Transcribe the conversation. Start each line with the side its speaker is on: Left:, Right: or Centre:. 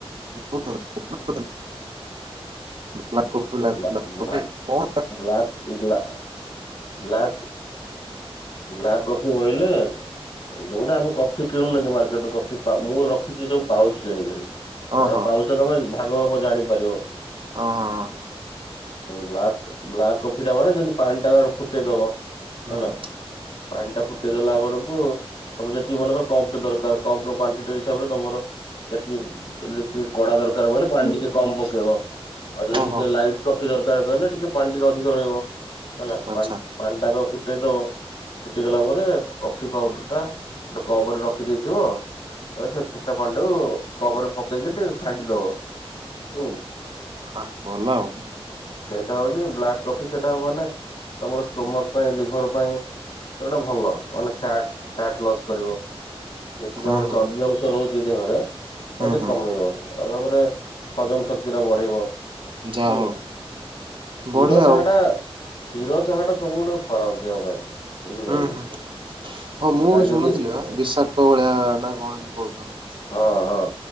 Right: <inaudible> Black coffee black
Left: blah blah
Right: coffee କଣ
Left: blah blah black black coffee ବୋଇଲେ ଯୋଉଟା ଆମେ କଫି କିଣୁନୁ କି ମାର୍କେଟୁ କଫି ପା ମୁଁ ରଖିଚି ସବୁ ପାଉଚ୍ କିଣିକିରି। କାରଣ
Right: ଓହୋ
Left: ପାଉଚ୍ ଟା ତମେ ଭାଗ ମାପ ଜାଣିପାରିବ।
Right: ହଁ ହଁ ହଁ।
Left: ବ୍ଲା ବ୍ଲାକ୍ କଫି ଟା ମାନେ ଯେମିତି ପାଣି ଟା ଆଗେ ଫୁଟେଇଦବ
Right: ହଁ
Left: ହେଲା ପାଣି ଟା ଫୁଟିଦେଲା ବରକୁ ତମ ଯେତିକ ମନେକର କପ୍ ଟେ ଦରକାର କପ ର କ୍ୱାଣ୍ଟି ଟି ହିସାବରେ ତମର କେତିକି ଟିକେ କଡା ଦର୍କାର ବଲେ ପାଣି ଟିକେ କମ୍ ପକେଇବ ଆଉ ଯଦି
Right: ଓହୋ
Left: ଟିକ୍ ଟିକେ ଲାଇଟ୍ କଫି ଦର୍କାର୍ କହିଲେ ଟିକେ ପାଣି ଟିକେ ଅଧିକ ରହିବ ହେଲା।
Right: ଆଚ୍ଛା
Left: ପାଣିଟାକୁ ଫୁଟେଇ ଦବ ଫୁଟିଗଲା ପରେ କଫି ପାଉଡର୍ ଟା ଗୋଟେ କପ୍ ରେ ରଖିଦେଇଥିବ। ତାପରେ ସେ ଫୁଟା ପାଣି ଟାକୁ କପ୍ ରେ ପକେଇକି ଟିକେ ଘାଣ୍ଟି ଦବ ଉୁଁ।
Right: ଆ ଭଲ ଆଉ।
Left: ସେଇଟା ହଉଚି ବ୍ଲାକ୍ କଫି ସେଟା ହବ ମାନେ ତମର ଷ୍ଟୋମକ୍ ପାଇଁ ଲିଭର୍ ପାଇଁ ସେଗୁଡା ଭଲ। ମାନେ ଫ୍ୟାଟ୍ ଫ୍ୟାଟ୍ ଲସ୍ କରିବ ଯେତିକି
Right: ହୁଁ
Left: ଆମର
Right: ହୁଁ
Left: ଚର୍ବି ଅଂଶ ରହୁଚି ଦେହରେ। ସେଠି
Right: ହୁଁ ହୁଁ
Left: କମେଇବ ଆଉ ତାପରେ ହଜମ ଶକ୍ତି ଟା ବଢେଇବ।
Right: ଯାହା
Left: ଉଁ
Right: ହଉ
Left: କ୍ଷୀର
Right: ବଢିଆ
Left: ଚା
Right: ଆଉ
Left: ଟା କ୍ଷୀର ଚାହା ଟା ସବୁଠୁ ଖରାପ୍ ଦେହ ପାଇଁ। ବୁଝିଲ
Right: ହୁଁ
Left: କି ନାଇଁ
Right: ହୁଁ ହୁଁ। ହଁ ମୁଁ
Left: ନାଇଁ ଯଦି
Right: ଶୁଣୁଥିଲି ବା ବିଷାକ୍ତ ଭଳିଆ ନା କଣ ଏମିତି କହୁଚନ୍ତି।
Left: ହଁ ହଁ।